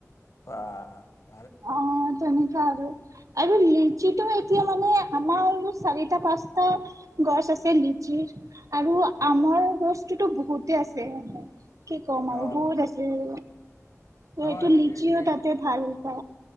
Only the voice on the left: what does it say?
অ'।
অ
নহয়
এই এই